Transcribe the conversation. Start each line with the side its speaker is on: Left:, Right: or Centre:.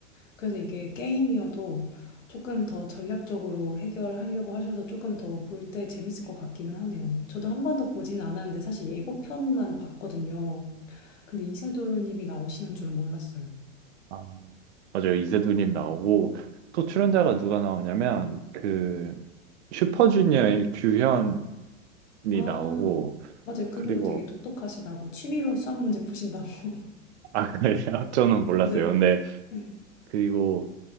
Left: 그래서 이게 게임이어도 조금 더 전략적으로 해결하려고 하셔서 조금 더 볼 때 재밌을 것 같기는 하네요. 저도 한 번도 보진 않았는데 사실 예고편만 봤거든요. 근데 이세돌님이 나오시는 줄은 몰랐어요.
Right: 아, 맞아요. 이세돌님 나오고 또 출연자가 누가 나오냐면 그 슈퍼주니어의 규현이
Left: 아,
Right: 나오고
Left: 맞아요. 그분도
Right: 그리고
Left: 되게 똑똑하시다고 취미로 수학 문제 푸신다고. <laughs>
Right: 아 그래요? <laughs> 저는 몰랐어요.
Left: 네.
Right: 근데
Left: 네.
Right: 그리고